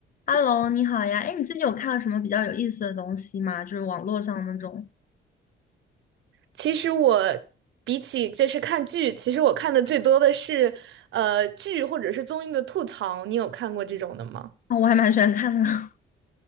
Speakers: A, on the left (about 45°); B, on the right (about 70°).
A: Hello，你好呀！哎，你最近有看到什么比较有意思的东西吗？就是网络上那种，
B: 其实我比起就是看剧，其实我看的最多的是呃剧或者是综艺的吐槽。你有看过这种的吗？
A: 哦，我还蛮喜欢看的。<laughs>